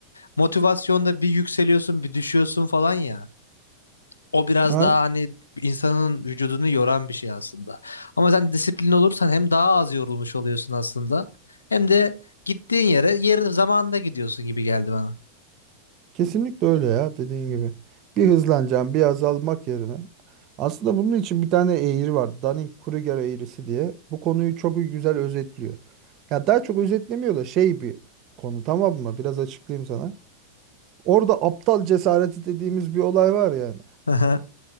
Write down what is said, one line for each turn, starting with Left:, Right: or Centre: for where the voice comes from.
Left: motivasyonda bir yükseliyorsun, bir düşüyorsun falan ya. O biraz
Right: Ay.
Left: daha hani insanın vücudunu yoran bir şey aslında. Ama sen disiplin olursan hem daha az yorulmuş oluyorsun aslında hem de gittiğin yere yeri zamanında gidiyorsun gibi geldi bana.
Right: Kesinlikle öyle ya dediğin gibi. Bir hızlanacağım, bir azalmak yerine. Aslında bunun için bir tane eğri var. Dunning-Kruger eğrisi diye. Bu konuyu çok güzel özetliyor. Ya daha çok özetlemiyor da şey bir konu tamam mı? Biraz açıklayayım sana. Orada aptal cesareti dediğimiz bir olay var yani.
Left: <laughs>